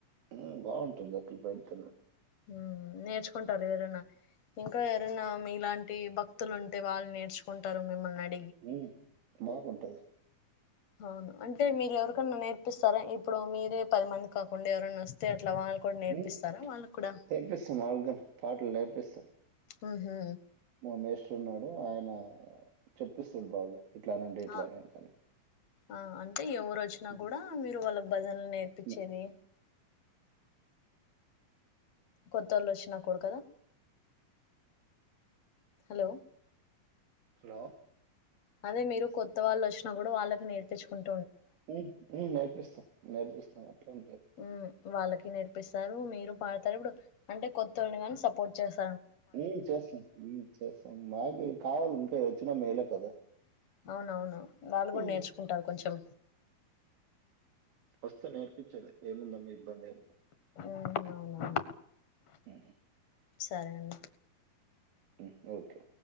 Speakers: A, on the right; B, on the left.
A: ఉ బాగుంటుంది అట్ల పెడితేనె
B: ఉ నేర్చుకుంటరు ఎవరన్నా ఇంకా ఎవరైనా మీలాంటి భక్తులు ఉంటే వాళ్ళు నేర్చుకుంటారు మిమ్మల్ని అడిగి
A: ఉ బాగుంటది
B: అవును అంటే మీరు ఎవరికన్నా నేర్పిస్తారా ఇప్పుడు మీరే పది మందికి కాకుండా ఎవరన్నా వస్తే అట్లా వాళ్ళు కూడా నేర్పిస్తారా
A: ఉ
B: వాళ్ళకు కూడా
A: నేర్పిస్తా మామూలుగా పాటలు నేర్పిస్తా
B: ఉహు
A: మా మాస్టర్ ఉన్నాడు ఆయన చెప్పిస్తడు బాగా ఇట్లనండి ఇట్లనండి
B: ఆ
A: అని
B: ఆ అంటే ఎవరు వచ్చినా
A: హ్మ్.
B: కూడా మీరు వాళ్ళ భజనలు నేర్పిచ్చేది
A: హ్మ్.
B: కొత్తోళ్ళు వచ్చినా కూడా కదా హలో
A: హలో
B: అదే మీరు కొత్త వాళ్ళు వచ్చినా కూడా వాళ్ళకి నేర్పిచుకున్
A: ఉ ఉ నేర్పిస్తం నేర్పిస్తం అట్లేం లేదు
B: మ్మ్ వాళ్ళకి నేర్పిస్తారు మీరు పాడతారు ఇప్పుడు అంటే కొత్తోళ్ళని కానీ సపోర్ట్ చేస్తారు
A: ఉ చేస్తాం ఉ చేస్తాం మాకు కావాలి ఇంకా వచ్చినా మేలే కదా
B: అవునవును వాళ్ళు
A: హ్మ్.
B: కూడా నేర్చుకుంటారు కొంచెం
A: వస్తే నేర్పించేదే ఏముండదు ఇబ్బందే
B: ఉమ్ అవునవును
A: ఉ
B: సరే అండి
A: ఉ ఓకే